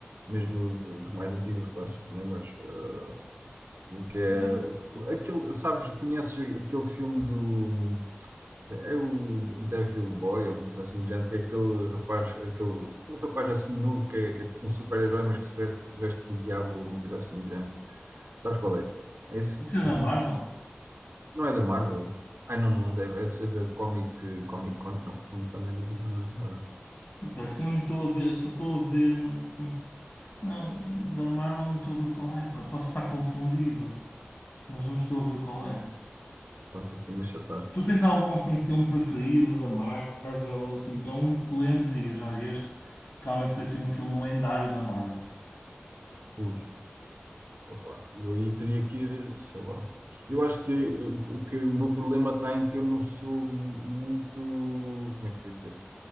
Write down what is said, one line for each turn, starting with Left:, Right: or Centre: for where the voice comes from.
Right: mesmo os os mais antigos clássicos, né? Mas, ah, que é,
Left: yeah.
Right: o- o- aquele, sabes, conheces aquele filme do... É o Devil Boy, é uma coisa assim do género, que é aquele rapaz, aquele, um rapaz assim novo que é, que é tipo um super-herói, mas que se veste, veste de diabo ou uma coisa assim do género. Sabes qual é? É esse?
Left: Isso é
Right: É
Left: da
Right: esse.
Left: Marvel?
Right: Não é da Marvel? Ai, não, não deve, é de ser da Comic, Comic Con, não, Comic Con é da da banda desenhada.
Left: E pá, que eu não estou a ver, só estou a ver. hum, Não, da Marvel não estou a ver qual é, pá. Posso estar confundido, mas não estou a ver qual é.
Right: Pronto, então deixa estar.
Left: Tu tens algum assim filme preferido da Marvel, assim, ou um que te lembres e digas, olha, este realmente foi assim um filme lendário da Marvel.
Right: Ui, opa, eu aí teria que ir, sei lá. Eu acho que, que o meu problema está em que eu não sou mu- muito, como é que eu ia dizer?